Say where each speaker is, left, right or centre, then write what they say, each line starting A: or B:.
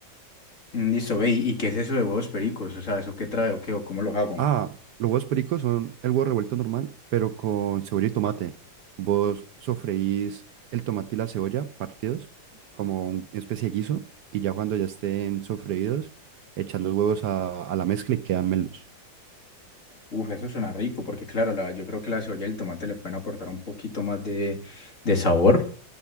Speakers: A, on the left; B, on the right.
A: Mm, Listo, ve, ¿y y qué es eso de huevos pericos? O sea, ¿eso qué trae o qué o cómo los hago?
B: Ah, los huevos pericos son el huevo revuelto normal, pero con cebolla y tomate. Vos sofreís el tomate y la cebolla partidos como una especie de guiso y ya cuando ya estén sofreídos, echar los huevos a, a la mezcla y quedan melos.
A: Uf, eso suena rico porque claro, la, yo creo que la cebolla y el tomate le pueden aportar un poquito más de, de sabor